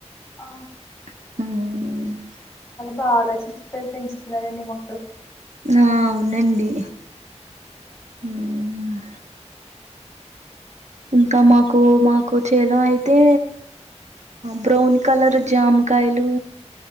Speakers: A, on the left; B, on the right.
A: ఆ
B: <unintelligible>
A: పావుల చిచ్చ పె పెంచుతున్నారండి మొ
B: ఆ అవునండి హ్మ్ ఇంకా మాకు మాకు చేలో అయితే బ్రౌన్ కలర్
A: ఉమ్.
B: జామకాయలు